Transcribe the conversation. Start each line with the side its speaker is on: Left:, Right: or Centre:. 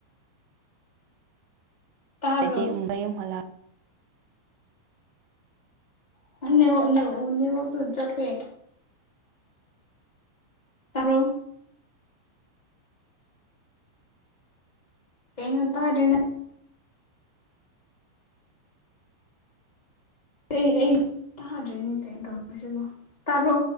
Left: ꯇꯥꯕ꯭ꯔꯣ
Right: ꯗꯗꯤ <unintelligible> ꯍꯂꯥ꯫
Left: <unintelligible> ꯅꯦꯠꯋꯛꯇꯣ ꯆꯄꯦ꯫ ꯇꯥꯕ꯭ꯔꯣ꯫ ꯀꯩꯅꯣ ꯇꯥꯗ꯭ꯔꯤꯅ꯫ ꯀ ꯑꯩ ꯇꯥꯗ꯭ꯔꯦꯅꯦ ꯀꯩ ꯇꯧꯔꯁꯤꯕꯣ ꯇꯥꯕ꯭ꯔꯣ꯫